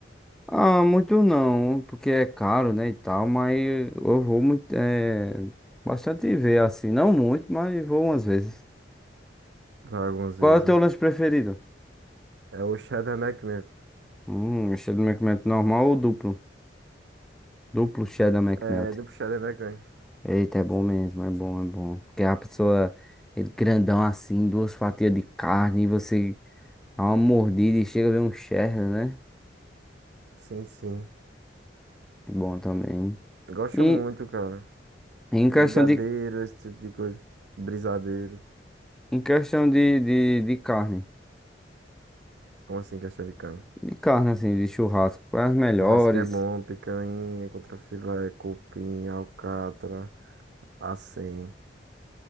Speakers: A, in the centre; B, on the right.
A: Ah, muito não, porque é caro, né, e tal, mas eu vou muito, é, bastante ver, assim, não muito, mas vou umas vezes.
B: Vai algumas
A: Qual
B: vezes,
A: é o teu
B: né?
A: lanche preferido?
B: É o Shadow Mac mesmo.
A: Hum, cheddar McMelt normal ou duplo? Duplo cheddar McMelt.
B: É, do Shadow Mac mesmo.
A: Eita, é bom mesmo, é bom, é bom. Porque a pessoa, ele grandão assim, duas fatias de carne, e você dá uma mordida e chega a ver um cheddar, né?
B: Sim, sim.
A: Bom também.
B: Gosto
A: E
B: muito, cara.
A: em questão
B: Brigadeiro,
A: de,
B: esse tipo de coisa. Brisadeiro.
A: em questão de, de de carne.
B: Como assim, questão de cana?
A: De carne, assim, de churrasco. As melhores,
B: Churrasquinho é bom, picanha, contrafilé, cupim, alcatra, assim.